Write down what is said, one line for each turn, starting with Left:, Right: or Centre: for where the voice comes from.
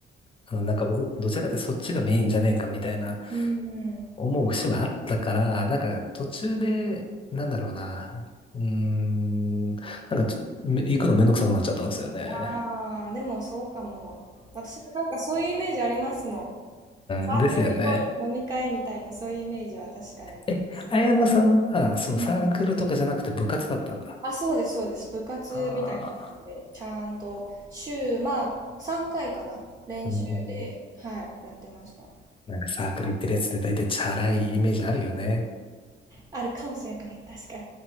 Left: あのなんか、お、どちらかというとそっちがメインじゃねえかみたいな
Right: うん。
Left: 思う節はあったから、なんか途中で、なんだろうな、うーん、なんかちょ、め行くのめんどくさくなっちゃったんですよね。
Right: ああ、でもそうかも。私もなんかそういうイメージありますもん。サークルイコール飲み会みたいな、
Left: うん、ですよね。
Right: そういうイメージは確かにあります。
Left: え、綾野さんは、そう、
Right: うんうん
Left: サークルとかじゃなくて部活だったんだ。
Right: あ、そうです、そうです。部活みたいな感じで、
Left: あ
Right: ちゃんと週、まあ、3回かいかな。練習で、
Left: あ。
Right: はい、やってました。
Left: なんかサークル行ってるやつって大体チャラいイメージあるよね。
Right: あるかもしれない。確かに。